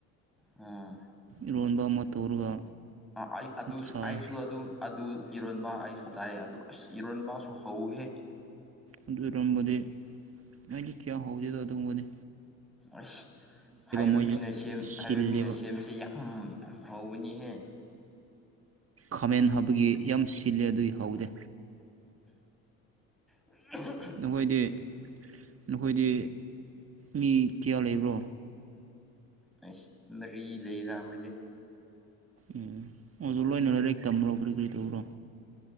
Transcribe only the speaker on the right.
ꯏꯔꯣꯟꯕ ꯑꯃ ꯇꯧꯔꯒ
ꯆꯥꯏ
ꯑꯗꯨ ꯑꯣꯏꯔꯝꯕꯗꯤ ꯑꯩꯗꯤ ꯀꯌꯥ ꯍꯧꯗꯗꯣ ꯑꯗꯨꯒꯨꯝꯕꯅꯤ
ꯃꯣꯏꯁꯦ
ꯁꯤꯜꯂꯦꯕ
ꯈꯥꯃꯦꯟ ꯍꯥꯞꯄꯒꯤ ꯌꯥꯝ ꯁꯤꯜꯂꯦ ꯑꯗꯨꯏ ꯍꯧꯗꯦ
ꯅꯈꯣꯏꯗꯤ ꯅꯈꯣꯏꯗꯤ ꯃꯤ ꯀꯌꯥ ꯂꯩꯕ꯭ꯔꯣ
ꯎꯝ ꯑꯗꯨ ꯂꯣꯏꯅ ꯂꯥꯔꯤꯛ ꯇꯝꯕ꯭ꯔꯣ ꯀꯔꯤ ꯀꯔꯤ ꯇꯧꯕ꯭ꯔꯣ